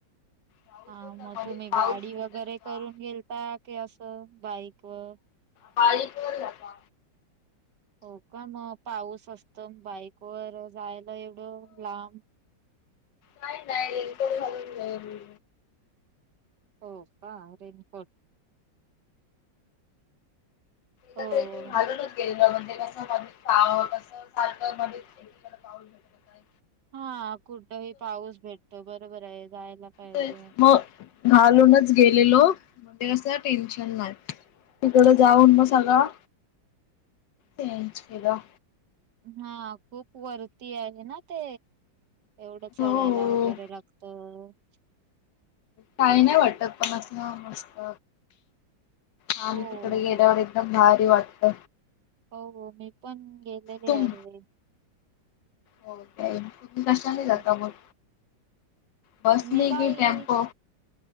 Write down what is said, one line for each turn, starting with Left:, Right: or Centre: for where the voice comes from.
Left: पाऊस
Right: हा
Left: होता
Right: मग
Left: मध्ये
Right: तुम्ही
Left: पाऊस
Right: गाडी
Left: भेटत
Right: वगैरे
Left: होता.
Right: करून गेलता की, असं बाईक व
Left: बाईक वर जातो आम्ही.
Right: हो का. मग पाऊस असतं. बाईकवर जायला एवढं लांब.
Left: नाही नाही रेनकोट घालून जाईन.
Right: हो का. रेनकोट.
Left: आता
Right: हो
Left: तेथून घालूनच गेलेलो मग ते कस पहाव कस. सारखं मध्ये सगळीकडे पाऊसच होता.
Right: हा कुठही पाऊस भेटतो. बरोबर आहे जायला पाहिजे.
Left: ते मग घालूनच गेलेलो. म्हणजे कस टेन्शन नाही. तिकड जाऊन मग सगळ चेंज केलं.
Right: हा खूप वरती आहे ना ते एवढं
Left: हो.
Right: चढायला वगैरे लागत.
Left: काही नाही वाटत. मस्त मस्त. हा
Right: हो
Left: मग तिकड गेल्यावर एकदम भारी वाटत.
Right: हो हो. मी पण गेलेली
Left: तुम
Right: आहे.
Left: हो का. तुम्ही कशाने जाता
Right: हा,
Left: मग? बसने
Right: आम्ही बाईक
Left: की टेम्पो?